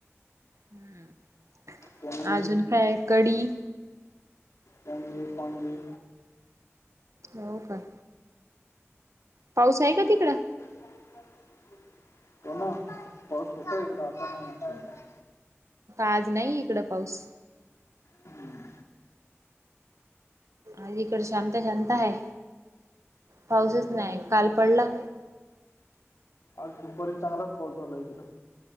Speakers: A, on the right (about 85°); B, on the left (about 75°).
A: हम्म
B: पोंगे
A: अजून काय आहे कडी.
B: पजे पणजे
A: हो का. पाऊस आहे का तिकडं.
B: य <unintelligible> ते ना पाऊस होतोय एकदा आता नाही सध्या.
A: आज नाही इकड पाऊस.
B: हम्म
A: आज इकड शांत शांत आहे पाऊसच नाही काल पडला.
B: आज दुपारी चांगलाच पाऊस झाला एककदा.